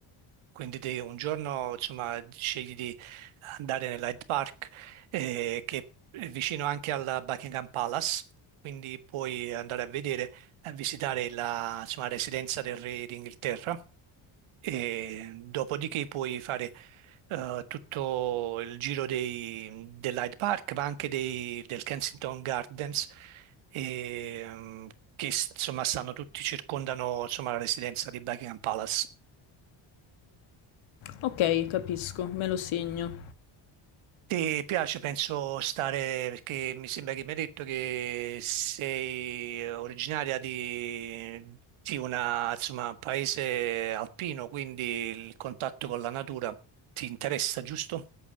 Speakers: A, on the right (about 80°); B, on the left (about 75°).
A: Quindi te un giorno, insomma, scegli di andare nell'Hyde Park, eh, che è vicino anche alla Buckingham Palace, quindi puoi andare a vedere, a visitare la, insomma, residenza del re d'Inghilterra e dopodiché puoi fare eh, tutto il giro dei- dell'Hyde Park, ma anche dei- del Kensington Gardens, e, ehm, che insomma stanno tutti, circondano insomma, la residenza di Buckingham Palace.
B: Ok, capisco, me lo segno.
A: Ti piace, penso, stare, perché mi sembra che mi hai detto che sei originaria di, di una, insomma, paese alpino, quindi il contatto con la natura ti interessa, giusto?